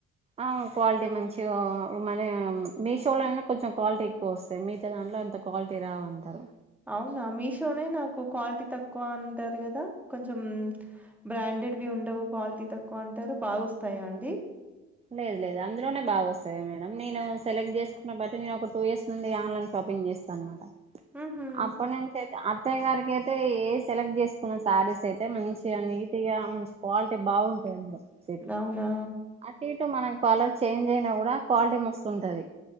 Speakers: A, on the right; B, in the centre.
A: ఆ క్వాలిటీ మంచిగా మన మీషోలో కొంచెం క్వాలిటీ ఎక్కువ వస్తాయి మీతో దాంట్ల ఎంత క్వాలిటీ రావ అంటారు
B: అవునా మీషోనే నాకు క్వాలిటీ తక్కువ అంటారు కదా కొంచెం బ్రాండెడ్వి ఉండవు క్వాలిటీ తక్కువ అంటారు బాగావస్తాయా అండి
A: లేదు లేదు అందులోనే బాగా వస్తుంది మేడం నేను సెలెక్ట్ చేసుకున్న బట్టి నేను ఒక టూ ఇయర్స్ నుండి ఆన్లైన్ షాపింగ్ చేస్తా అన్నమాట
B: హుహు.
A: అప్పుడు నేను చేస్తా అద్ అత్తయ గారికి అయితే ఏ సెలెక్ట్ చేసుకున్న శారీస్ అయితే మంచిగా నీట్ గా మంచి క్వాలిటీ బాగుంటాయి వచ్చేటి
B: అవునా
A: అటు ఇటు మనం కలర్ చేంజ్ అయినా గూడా క్వాలిటీ మస్తు ఉంటది